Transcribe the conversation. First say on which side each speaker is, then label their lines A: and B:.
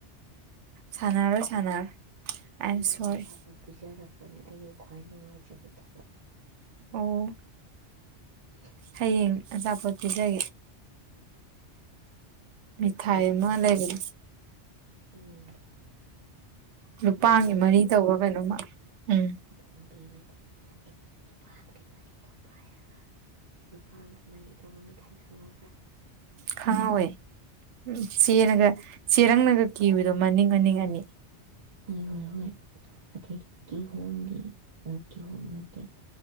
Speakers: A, on the right; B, on the right.
A: ꯁꯅꯥꯔꯣ ꯁꯅꯥꯔꯣ ꯑꯥꯏ
B: ꯅꯪꯅ
A: ꯑꯦꯝ ꯁꯣꯔꯤ
B: ꯑꯆꯥꯄꯣꯠ ꯄꯤꯖꯔꯛꯄꯅ ꯑꯩꯒꯤ ꯈ꯭ꯋꯥꯏ ꯅꯨꯡꯉꯥꯏꯖꯕ ꯊꯕꯛ
A: ꯑꯣ
B: <inaudible>
A: ꯍꯌꯦꯡ ꯑꯆꯥꯄꯣꯠ ꯄꯤꯖꯒꯦ
B: ꯀꯥꯏ
A: ꯃꯤꯊꯥꯏ
B: ꯄꯒꯦꯅ
A: ꯑꯃ ꯂꯩꯕꯅꯦ
B: ꯎꯝ
A: ꯅꯨꯄꯥꯒꯤ
B: ꯕꯣꯝꯕꯦ
A: ꯃꯔꯤ ꯇꯔ ꯀꯩꯅꯣꯃ ꯎꯝ
B: ꯣꯝꯦ ꯂꯩ ꯂꯨꯄꯥꯝꯒꯤ ꯃꯔꯤꯗ ꯄꯥꯏꯔꯒ ꯂꯨꯄꯥ ꯑꯃꯒꯤ ꯃꯔꯤ ꯇꯧꯕ ꯃꯤꯊꯥꯏ ꯈꯪꯍꯧꯕ꯭ꯔꯥ
A: ꯈꯪꯍꯧꯋꯦ ꯎ ꯆꯦꯅꯒ ꯆꯦꯔꯪꯅꯒ ꯀꯤꯕꯗꯣ ꯃꯅꯤꯡ ꯃꯅꯤꯡ ꯑꯅꯤ
B: ꯍꯣꯏ ꯍꯣꯏ ꯍꯣꯏ ꯑꯇꯩ ꯀꯤꯍꯣꯝꯒꯤ ꯀꯤꯍꯣꯝ ꯅꯠꯇꯦ